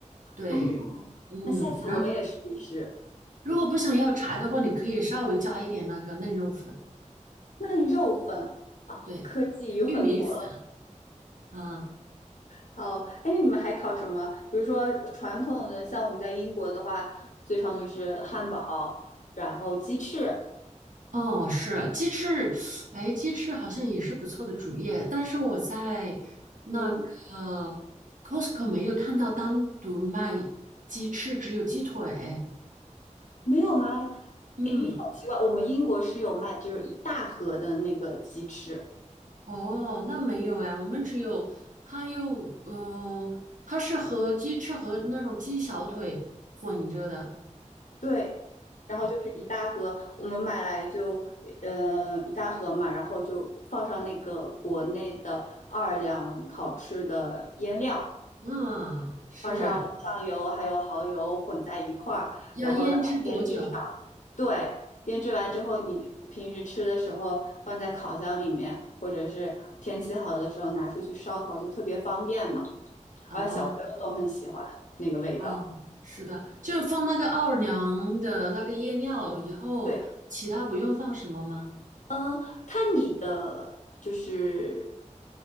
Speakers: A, on the right; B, on the left.
A: 对，
B: 哦，
A: 嗯，
B: 那下次我也试一试。
A: 然后如果不想要柴的话，你可以稍微加一点那个嫩肉粉，
B: 嫩肉粉啊，
A: 对，
B: 科技与狠活
A: 玉米粉。啊。
B: 好，哎，你们还烤什么？比如说传统的，像我们在英国的话，最常就是汉堡，然后鸡翅，
A: 哦，是鸡翅，哎，鸡翅好像也是不错的主业，但是我在那个
B: 嗯，
A: Costco 没有看到单独卖鸡翅，只有鸡腿。
B: 没有吗？
A: 嗯，
B: 哎，好奇怪，我们英国是有卖，就是一大盒的那个鸡翅，
A: 哦，那没有哎，我们只有它又，呃，它是和鸡翅和那种鸡小腿混着的。
B: 对，然后就是一大盒，我们买来就呃一大盒嘛，然后就放上那个国内的奥尔良烤翅的腌料，
A: 嗯，是
B: 放上酱油还有蚝油混在一块儿，
A: 要腌制多久？
B: 然后让它腌制上。对，腌制完之后，你平时吃的时候放在烤箱里面，或者是天气好的时候拿出去烧烤，就特别方便嘛。
A: 啊？
B: 而小朋友都很喜欢那个味道。
A: 嗯，是的，就是放那个奥尔良的那个夜料以后，
B: 对，
A: 其他不用放什么吗？
B: 嗯，看你的就是